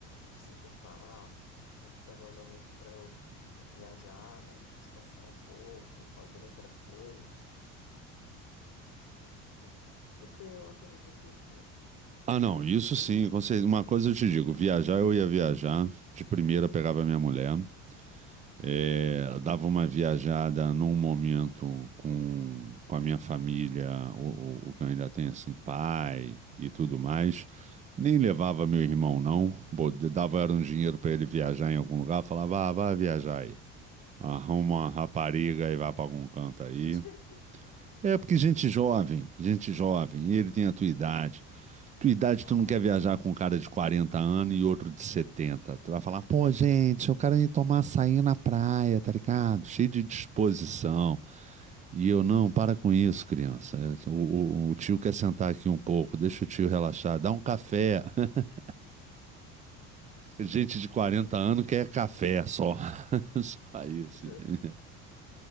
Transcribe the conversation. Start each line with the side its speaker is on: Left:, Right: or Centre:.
Left: cinco k muito provavelmente para eu viajar, descansar um pouco, fazer outras coisas. muito- Porque eu acredito que, tipo,
Right: Ah, não, isso
Left: e
Right: sim, com certeza. Uma coisa eu te digo, viajar eu ia viajar. De primeira pegava minha mulher. É, dava uma viajada num momento com, com a minha família, o, o, o que eu ainda tem assim, pai e tudo mais. Nem levava meu irmão, não. Bo- Dava era um dinheiro para ele viajar em algum lugar. Falava, ah, vai viajar aí. Arruma uma rapariga e vai para algum canto aí.
Left: <laughs>
Right: É porque gente jovem, gente jovem, e ele tem a tua idade tua idade,
Left: ah,
Right: tu não quer viajar com um cara de 40 anos e outro de 70? Tu vai falar, pô, gente, eu quero ir tomar açaí na praia, tá ligado? Cheio de disposição. E eu, não, para com isso, criança. O, o- o tio quer sentar aqui um pouco, deixa o tio relaxar, dá um café. <laughs> Gente de 40
Left: também
Right: anos quer café só. <laughs> Só isso,
Left: <laughs>
Right: entendeu?